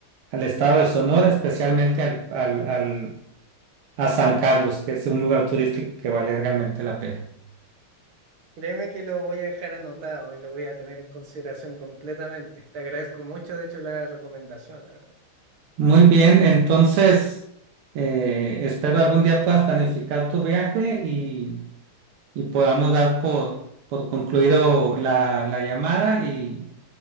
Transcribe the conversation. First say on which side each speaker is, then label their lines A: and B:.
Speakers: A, on the right (about 90°); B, on the right (about 75°).
A: al estado de Sonora, especialmente al, al, al, a San Carlos, que es un lugar turístico que vale realmente la pena.
B: Créeme que lo voy a dejar anotado y lo voy a tener en consideración completamente. Te agradezco mucho, de hecho, la recomendación, la verdad.
A: Muy bien, entonces eh, espero algún día puedas planificar tu viaje y, y podamos dar por, por concluido la, la llamada y,